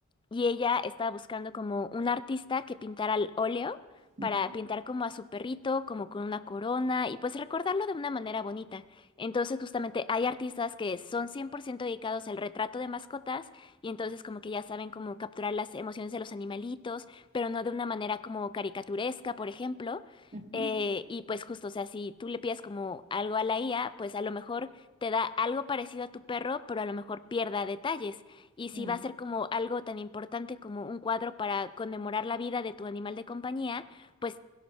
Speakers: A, on the left; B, on the right.
A: y ella estaba buscando como un artista que pintara al óleo
B: Ujú,
A: para pintar como a su perrito, como con una corona y pues recordarlo de una manera bonita. Entonces justamente hay artistas que son 100% dedicados al retrato de mascotas y entonces como que ya saben cómo capturar las emociones de los animalitos, pero no de una manera como caricaturesca, por ejemplo.
B: ujú,
A: Eh, y pues justo, o sea, si tú le pides como algo a la IA, pues a lo mejor te da algo parecido a tu perro, pero a lo mejor pierda detalles y si
B: mm.
A: va a ser como algo tan importante como un cuadro para conmemorar la vida de tu animal de compañía, pues